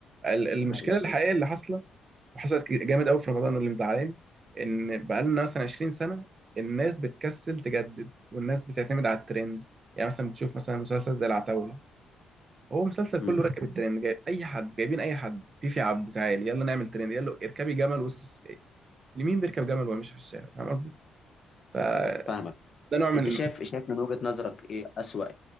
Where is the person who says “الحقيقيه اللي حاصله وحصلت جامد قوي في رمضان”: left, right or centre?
Right